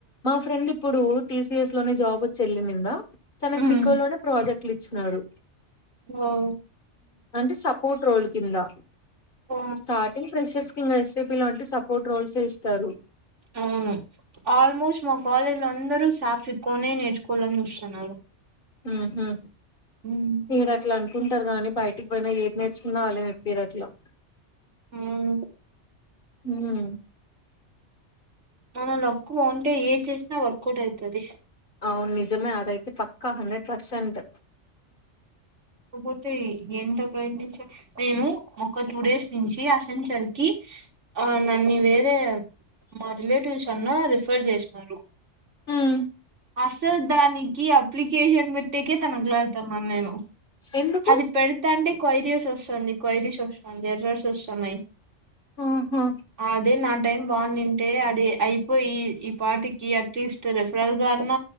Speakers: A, on the left; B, on the right.
A: ఫ్రెండ్ ఇప్పుడు టీ సి ఎస్ లోనే జాబ్ వచ్చి వెళ్ళినింద తనకి
B: ఉమ్
A: సఫికో లోనే ప్రాజెక్ పిలిచినారు
B: హమ్
A: అంటే సపోర్ట్ రోల్ కింద
B: ఆ
A: స్టార్టింగ్ ఫ్రషేర్స్ ఇకా ఎస్పీ లో ఉంటే సపోర్ట్ రోల్స్యే ఇస్తారు
B: అవును ఆల్మోస్ట్ మా కాలేజీ లో అందరూ సాఫ్ ఎక్కువనే నేర్చుకోవాలని చూస్తున్నారు
A: హమ్ హమ్
B: ఉమ్
A: ఈడ అట్లా అనుకుంటారు గాని బయటికి పోయినా ఏది నేర్చుకున్నా అలువే మ
B: హమ్
A: హమ్
B: మన లక్కు బాగుంటే ఏ చేసిన వర్కౌట్ అయితది
A: అవును నిజమే అదైతే పక్కా హండ్రెడ్ పర్సెంట్
B: పోతాయ్ ఎంత ప్రయత్నించ నేను ఒక టూ డేస్ నుంచి సర్కి ఆ న్నన్ని వేరే మా రిలేటివ్స్ కన్నా రిఫర్ చేసినరు
A: హమ్
B: అసలు దానికి అప్లికేషన్ పెట్టేకే తన క్ల నేను
A: ఎందుకు
B: అది పెడతాంటే కొయిరీస్ వస్తుంది కొయిరీస్ వస్తుంది ఎర్రర్స్ వస్తున్నాయి
A: ఆహా
B: అదే న టైం బాగునుంటే అది అయిపోయి ఈ పాటికి అట్లీస్ట్ రెఫరల్ గా అన్న